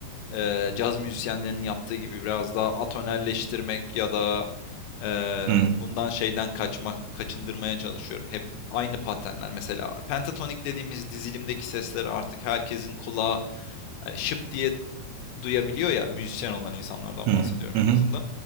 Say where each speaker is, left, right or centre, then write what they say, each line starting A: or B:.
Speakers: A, on the left; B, on the right.
A: e, caz müzisyenlerinin yaptığı gibi biraz daha atonelleştirmek ya da Eee,
B: Hı,
A: bundan şeyden kaçmak, kaçındırmaya çalışıyorum. Hep aynı patenler. Mesela pentatonik dediğimiz dizilimdeki sesleri artık herkesin kulağı hani şıp diye duyabiliyor ya müzisyen olan insanlardan
B: hı,
A: bahsediyorum
B: hı,
A: en
B: hı,
A: azından.